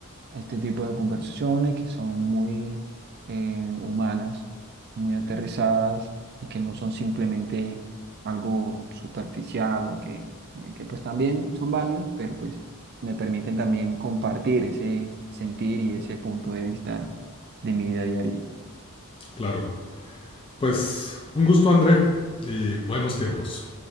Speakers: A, on the right (about 45°); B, on the left (about 25°).
A: este tipo de conversaciones que son muy eh, humanas, muy aterrizadas y que no son simplemente algo superficial o que, eh, que pues también son válidos, pero pues me permiten también compartir ese sentir y ese punto de vista de mi vida diaria.
B: Claro. Pues un gusto, André, y buenos tiempos.